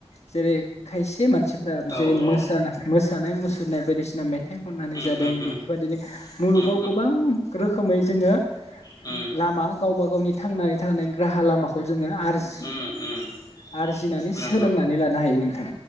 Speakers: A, on the left; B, on the left.
A: जेरै खायसे मान सिफ्रा
B: औ
A: जेरै मोसा
B: औ
A: ना मोस थानाय मुसुरनाय बायदिसिना मे थाइ खननानै
B: उम
A: जादों बेफोरबायदिनो
B: उम
A: मुलुगाव
B: उम
A: गोबां रोखोमै जोंङो
B: उम
A: लामा गावबा गावनि थांनानै थांनायनि राहा लामाखौ जोंङो आरज-आरजिनानै
B: उम उम उम नंगौ
A: सोलोंनानै लानो हायो नों